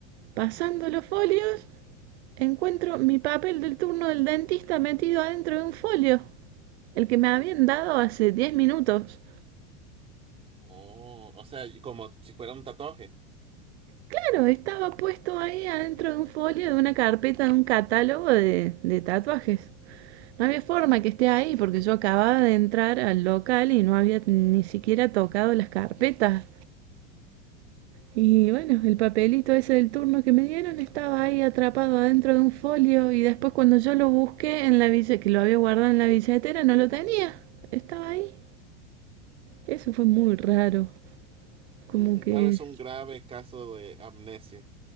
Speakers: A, on the right; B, on the right.
A: pasando los folios, Encuentro mi papel del turno del dentista metido adentro de un folio, el que me habían dado hace diez minutos.
B: Oh, o sea, y como si fuera un tatuaje.
A: Claro, estaba puesto ahí adentro de un folio de una carpeta de un catálogo de, de tatuajes. No había forma que esté ahí porque yo acababa de entrar al local y no había ni siquiera tocado las carpetas. Y bueno, el papelito ese del turno que me dieron estaba ahí atrapado adentro de un folio y después cuando yo lo busqué en la bille- que lo había guardado en la billetera, no lo tenía. Estaba ahí. Eso fue muy raro. Como
B: Mm,
A: que.
B: tal vez un grave caso de amnesia.